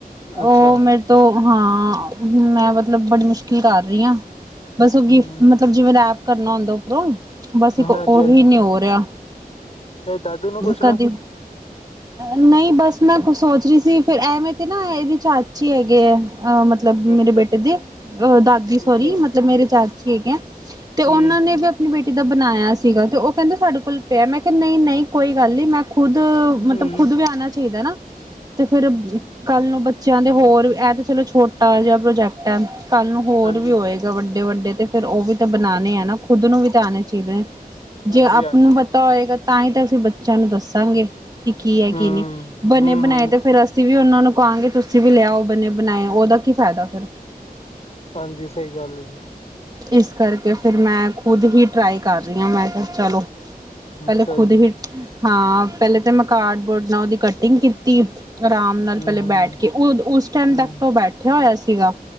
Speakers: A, on the left; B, on the right.
A: ਅੱਛਾ,
B: ਉਹ ਮੇਰੇ ਤੋਂ ਹਾਂ ਮੈਂ ਮਤਲਬ ਬੜੀ ਮੁਸ਼ਕਿਲ ਕਰ ਰਹੀ ਹਾਂ ਬਸ ਉਹ ਗਿਫ
A: ਹੂੰ,
B: ਮਤਲਬ ਜਿਵੇਂ ਰੈਪ ਕਰਨਾ ਹੁੰਦਾ ਉੱਪਰੋਂ ਬਸ ਇੱਕ ਉਹੀ
A: ਹਾਂਜੀ-ਹਾਂਜੀ,
B: ਨੀ ਹੋ ਰਿਹਾ
A: ਇਹ ਦਾਦੂ ਨੂੰ ਪੁੱਛ ਲਓ,
B: ਕਦੀ ਨਹੀਂ ਬਸ ਮੈਂ ਸੋਚ ਰਹੀ ਸੀ ਫਿਰ ਐਵੇਂ ਤੇ ਨਾ ਇਹਦੇ ਚਾਚ ਹੀ ਹੈਗੇ ਹੈ ਅਹ ਮਤਲਬ
A: ਅੱਛਾ,
B: ਮੇਰੇ ਬੇਟੇ ਦੇ ਅਹ ਦਾਦੀ ਸੋਰੀ
A: ਅੱਛਾ, ਹੂੰ,
B: ਮਤਲਬ ਮੇਰੇ ਚਾਚੀ ਹੈਗੇ ਹੈ ਤੇ ਉਹਨਾਂ
A: ਹੂੰ,
B: ਨੇ ਵੀ ਆਪਣੀ ਬੇਟੀ ਦਾ ਬਣਾਇਆ ਸੀਗਾ ਤੇ ਉਹ ਕਹਿੰਦੇ ਸਾਡੇ ਕੋਲ ਪਿਆ ਮੈਂ ਕਿਹਾ ਨਹੀਂ ਨਹੀਂ ਕੋਈ ਗੱਲ ਨੀ ਮੈਂ ਖੁਦ
A: ਹੂੰ,
B: ਮਤਲਬ ਖੁਦ ਵੀ ਆਉਣਾ ਚਾਹੀਦਾ ਨਾ ਤੇ ਫਿਰ ਕੱਲ ਨੂੰ ਬੱਚਿਆਂ ਦੇ ਹੋਰ ਇਹ ਤੇ ਚਲੋ ਛੋਟਾ ਜਿਹਾ ਪ੍ਰੋਜੈਕਟ ਹੈ ਕੱਲ੍ਹ ਨੂੰ ਹੋਰ
A: ਹਾਂਜੀ,
B: ਵੀ ਹੋਏਗਾ ਵੱਡੇ ਵੱਡੇ ਤੇ ਫੇਿਰ ਉਹ ਵੀ ਤਾਂ ਬਣਾਉਣੇ ਹੈ ਨਾ ਖੁਦ ਨੂੰ ਵੀ ਤਾਂ ਆਉਣੇ ਚੀਜ਼ ਨੇ
A: ਹਾਂਜੀ-ਹਾਂਜੀ,
B: ਜੇ ਆਪ ਨੂੰ ਪਤਾ ਹੋਏਗਾ ਤਾਂ ਹੀ ਤਾਂ ਅਸੀਂ ਬੱਚਿਆਂ ਨੂੰ ਦੱਸਾਂਗੇ ਕਿ ਕੀ ਹੈ
A: ਹੂੰ,
B: ਕੀ ਨਹੀਂ ਬਣੇ
A: ਹੂੰ,
B: ਬਣਾਏ
A: ਹੂੰ,
B: ਤੇ ਫੇਿਰ ਅਸੀਂ ਵੀ ਉਹਨਾਂ ਨੂੰ ਕਾਂਗੇ ਤੁਸੀਂ ਵੀ ਲਿਆਓ ਬਣੇ ਬਣਾਏ ਉਹਦਾ ਕੀ ਫਾਇਦਾ ਫਿਰ
A: ਹਾਂਜੀ ਸਹੀ ਗੱਲ ਹੈ ਜੀ
B: ਇਸ ਕਰਕੇ ਫਿਰ ਮੈਂ ਖੁਦ ਹੀ ਟਰਾਈ ਕਰ ਰਹੀ ਹਾਂ ਮੈਂ ਕਿਹਾ ਚਲੋ ਪਹਿਲੇ
A: ਅੱਛਾ
B: ਖੁਦ
A: ਜੀ,
B: ਹੀ ਹਾਂ ਪਹਿਲੇ ਤੇ ਮੈਂ ਕਾਰਡਬੋਰਡ ਨਾਲ ਉਹਦੀ ਕਟਿੰਗ ਕੀਤੀ ਆਰਾਮ ਨਾਲ
A: ਹੂੰ,
B: ਪਹਿਲੇ
A: ਹੂੰ,
B: ਬੈਠ ਕੇ ਉਸ ਟਾਈਮ
A: ਹੂੰ,
B: ਤੱਕ ਤਾਂ ਉਹ ਬੈਠਿਆ ਹੋਇਆ ਸੀਗਾ